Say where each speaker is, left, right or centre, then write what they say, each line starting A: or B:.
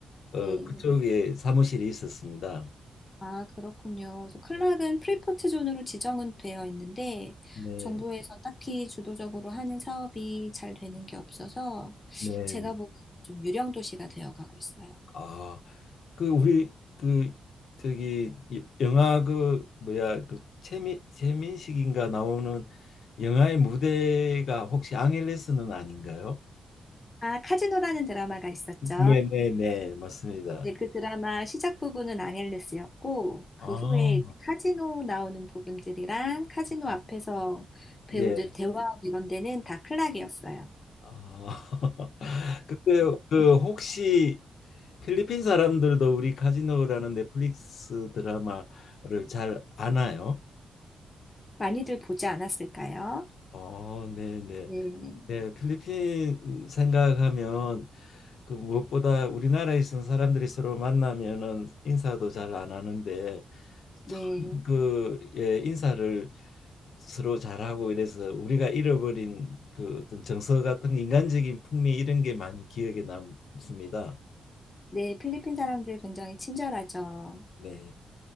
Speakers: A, on the left (about 65°); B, on the left (about 20°).
A: 어,
B: 네.
A: 그쪽에 사무실이 있었습니다.
B: 아, 그렇군요. 그래서 클락은
A: 네,
B: 프리포트 존으로 지정은 되어 있는데
A: 네,
B: 정부에서 딱히 주도적으로 하는 사업이 잘 되는 게 없어서
A: 네.
B: 제가
A: 네.
B: 보기엔 좀 유령 도시가 되어 가고 있어요.
A: 아, 그 우리 그 저기 이- 영화 그 뭐야 그 최민 최민식인가 나오는 영화의 무대가 혹시 앙헬레스는 아닌가요?
B: 아, 카지노라는 드라마가 있었죠.
A: 네, 네, 네, 맞습니다.
B: 네, 그 드라마 시작 부분은 앙헬레스였고 그
A: 아,
B: 후에 이제 카지노 나오는 부분들이랑 카지노
A: 네.
B: 앞에서
A: 네.
B: 배우들 대화하고 이런 데는 다 클락이었어요.
A: 아, <laughs> 근데 그 혹시 필리핀 사람들도 우리 카지노라는 넷플릭스 드라마를 잘 아나요?
B: 많이들 보지 않았을까요?
A: 어, 네네.
B: 네,
A: 예, 필리핀 생각하면 그 무엇보다 우리나라에 있는 사람들이 서로 만나면은 인사도 잘 안 하는데
B: 네.
A: 참 그 예, 인사를 서로 잘하고 이래서 우리가 잃어버린 그 어떤 정서 같은 게, 인간적인 풍미 이런 게 많이 기억에 남습니다.
B: 네, 필리핀 사람들 굉장히 친절하죠.
A: 네.